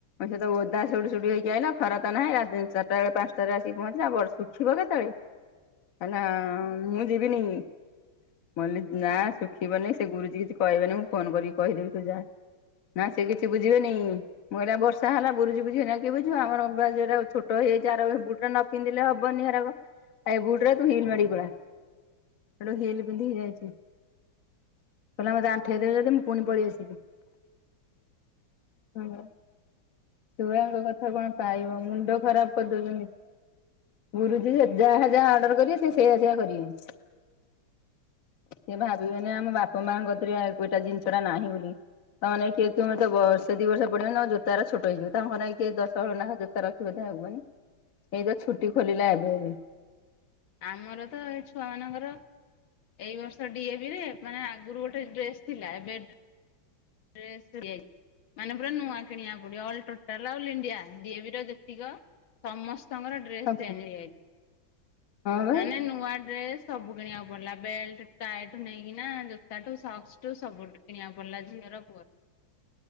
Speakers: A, on the left (about 55°); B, on the left (about 75°).
A: ସେ ତ ଓଦା ସୁଡୁ ସୁଡୁ ହେଇିକି ଆଇଲା ଖରା ତ ନାହିଁ ରାତି ଚାରିଟା ବେଳେ ପାଞ୍ଚଟାରେ ଆସିକି ପହଞ୍ଚିଲ ବ ଶୁଖିବ କେତେବେଳେ? କହିଲା ମୁଁ ଯିବିନି ମଲ୍ଲିକି ନା ଶୁଖିବନି ସେ ଗୁରୁଜୀ କିଛି କହିବେନି ମୁଁ ଫୋନ କରିକି କହିଦେବି ତୁ ଯା। ନା ସେ କିଛି ବୁଝିବେନି ମୁଁ କହିଲି ବର୍ଷା ହେଲା ଗୁରୁଜୀ ବୁଝିବେନି କିଏ ବୁଝିବ ଆମରା ବା ଜୁରା ଛୋଟ ହେଇଯାଇଛି ଆର ବୁଟୁ ନ ପିନ୍ଧିଲେ ହବନି ହେରକ ଏଇ ବୁଟୁ ଗୁରା ତୁ ହିଲ ମରିକି ପଳା। ହେଠୁ ହିଲି ପିନ୍ଧକି ହେଇଯାଇଛି। କହିଲା ମତେ ଆଣ୍ଠେଇଦେବେ ଯଦି ମୁଁ ପୁଣି ପଳେଇ ଆସିବି। ହୁଁ। ଛୁଆଙ୍କ କଥା କଣ ପାଇବ ମୁଣ୍ଡ ଖରାପ କରିଦଉଛନ୍ତି। ଗୁରୁଜ ଯାହା ଯାହା ଅର୍ଡର କରିବେ ସେ ସେଇଆ ସେଇଆ କରିବେ। ସେ ଭାବିବେନି ଆମ ବାପା ମାଆଙ୍କରେ କତି ରେ ଏ ଗୋଟା ଜିନିଷ ଟା ନାହିଁ ବୋଲି‌ ତା ମାନେ କିଏ ତମେ ବର୍ଷେ ଦି ବର୍ଷ ପଡିବ ନାଉ ଜୋତା ଉରା ଛୋଟ ହେଇଯିବ ତାଙ୍କ ମାନେ କିଏ ଦଶହଳ ନାଖା ଜୋତା ରଖି ସୁବିଧା ହବନି ଏଇ ତ ଛୁଟି ଖୋଲିଲା ଏବେ ଏବେ
B: ଆମର ତ ଏଇ ଛୁଆ ମାନଙ୍କର ଏଇ ବର୍ଷ ଡିଏ ବି ରେ ମାନେ ଆଗରୁ ଗୋଟେ ଡ୍ରେସ ଥିଲା ଏବେ ଡ୍ରେସ ଦି <unintelligible> ମାନେ ପୁରା ନୂଆ କିଣିବାକୁ ପଡିବ all total all India D A V ର ଯେତିକ ସମସ୍ତଙ୍କର ଡ୍ରେସ
A: ହଁ
B: ଚେଞ୍ଜ ହେଇଯାଇଛି
A: ବା
B: ମାନେ ନୂଆ ଡ୍ରେସ ସବୁ କିଣିବାକୁ ପଡିଲା ବେଲଟ ଟାଏ ଟୁ ନେଇକିନା ଜୋତା ଟୁ ସକ୍ସ ସବୁଠୁ କିଣିବାକୁ ପଡିଲା ଝିଅର ପୁଅର